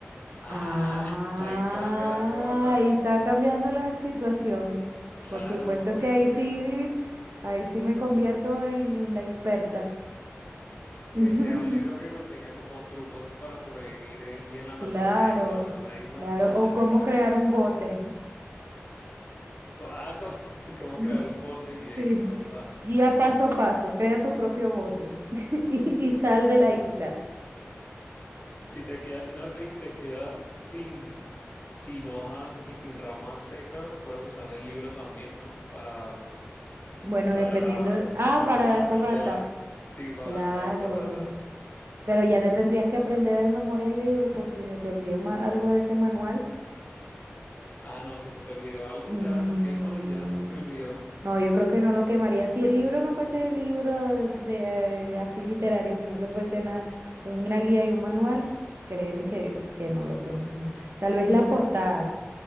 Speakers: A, on the left; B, on the right.
A: Ah,
B: Ah,
A: <laughs> ahí cambia la cosa.
B: ahí está cambiando la situación.
A: Claro,
B: Por supuesto
A: puede
B: que ahí
A: ser
B: sí, ahí sí me convierto en la experta.
A: que
B: <laughs>
A: sea un libro que contenga como trucos para sobrevivir ahí en la
B: Claro,
A: naturaleza o en una isla.
B: claro.
A: Ah,
B: O cómo
A: es diferente.
B: crear un bote.
A: Co- Ah, como, <laughs> como
B: <laughs>
A: crear un bote y ahí
B: Sí.
A: uno usa.
B: Guía paso a paso, crea tu propio bote <laughs> y, y sal de la isla.
A: Si te queda, no, y si te quedas sin, sin hojas y sin ramas secas, puedes usar el libro también, ¿no? Para,
B: Bueno,
A: para
B: dependiendo de- Ah,
A: echárselo
B: para
A: a la
B: la fogata.
A: candela. Sí, para
B: Claro.
A: la- para la fogata.
B: Pero ya te tendrías que aprender de memoria el libro por si se te olvidó ma- algo de ese manual.
A: Ah, no, si se te olvidó algo
B: Mm,
A: ya lo quemas y ya se te olvidó
B: no, yo creo que no lo quemaría. Si el libro no fuese el libro de, de, eh, así literario, sino que fuese una, una guía y un manual, créeme que, que no lo quemo. no. Tal vez la portada